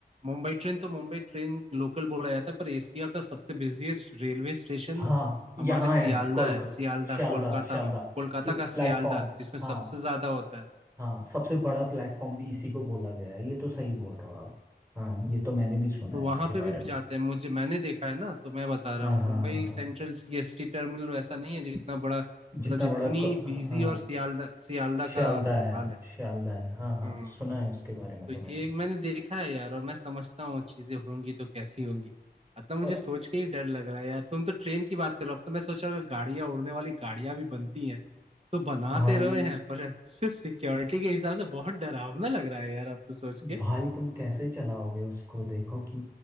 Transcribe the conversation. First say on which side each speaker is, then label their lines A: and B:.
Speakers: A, on the right (about 35°); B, on the right (about 15°).
A: मुंबई ट्रेन तो मुंबई ट्रेन लोकल बोला जाता है पर एशिया का सबसे बिजिएस्ट रेलवे स्टेशन
B: हाँ यहाँ
A: हमारे सियालदा
B: है कोलकाता
A: है सियालदा
B: शालदा
A: कोलकाता
B: शालदा
A: में कोलकाता
B: ये प्लेटफॉर्म
A: का सियालदा जिसमें
B: हाँ
A: सबसे ज्यादा होता है
B: हाँ सबसे बड़ा प्लेटफॉर्म भी इसी को बोला गया है ये तो सही बोल रहे हो आप हाँ ये तो मैंने भी सुना
A: तो
B: है
A: वहां
B: इसके
A: पे भी
B: बारे में
A: जाते हैं मुझे मैंने देखा है ना तो मैं बता रहा
B: हाँ
A: हूँ
B: हाँ
A: मुंबई
B: हाँ हाँ
A: सेंट्रल सीएसटी टर्मिनल वैसा नहीं है जितना बड़ा मतलब
B: जितना
A: जितनी
B: बड़ा को,
A: बिजी
B: हाँ
A: और सियालदा सियालदा
B: शालदा
A: का
B: है
A: हाल है
B: शालदा है हाँ हाँ
A: हम्म
B: सुना है इसके बारे में
A: तो
B: तो मैंने
A: ये मैंने देखा है यार और मैं समझता हूँ चीजें होंगी तो कैसी होंगी मतलब मुझे
B: और
A: सोच के ही डर लग रहा है यार तुम तो ट्रेन की बात करो अब तो मैं सोच रहा हूँ गाड़ियां उड़ने वाली गाड़ियां भी बनती हैं तो बनाते
B: भाई
A: रहे हैं पर <laughs> सिक्योरिटी के हिसाब से बहुत डरावना लग रहा है यार अब तो सोच के
B: भाई तुम कैसे चलाओगे उसको देखो कि